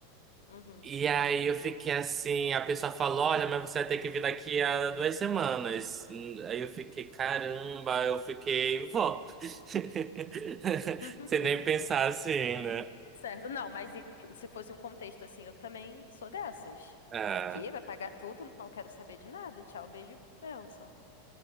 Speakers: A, on the left (about 75°); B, on the right (about 30°).
A: Uhum.
B: E aí eu fiquei assim, a pessoa falou, olha, mas você vai ter que vir daqui a duas semanas. Hum, Aí eu fiquei, caramba, eu fiquei, vou. <laughs>
A: <laughs>
B: Sem nem pensar assim, né?
A: Certo. Não, mas em- se fosse um contexto assim, eu também sou dessas.
B: É.
A: Que vai pagar tudo, não quero saber de nada. Tchau, beijo e bênção.